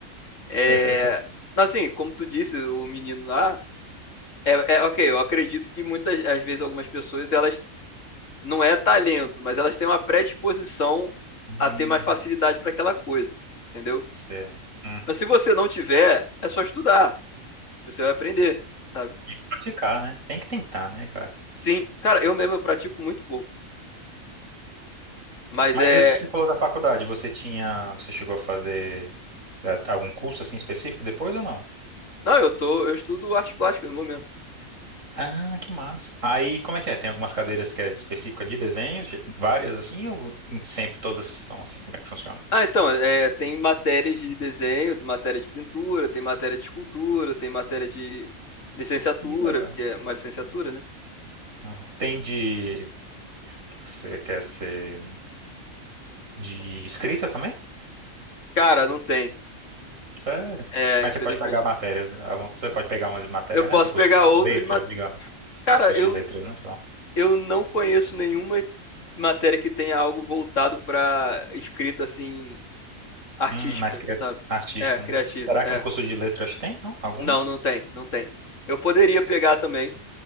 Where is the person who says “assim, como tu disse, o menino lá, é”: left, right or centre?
Left